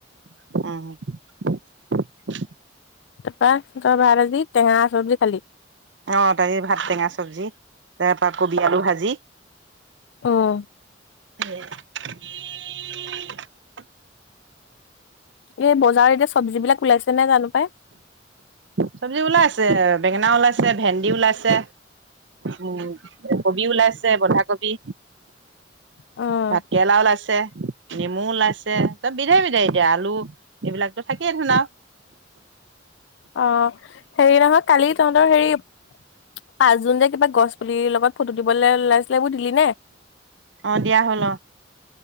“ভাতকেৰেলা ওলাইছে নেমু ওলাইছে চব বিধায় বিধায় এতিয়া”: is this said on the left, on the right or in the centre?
Right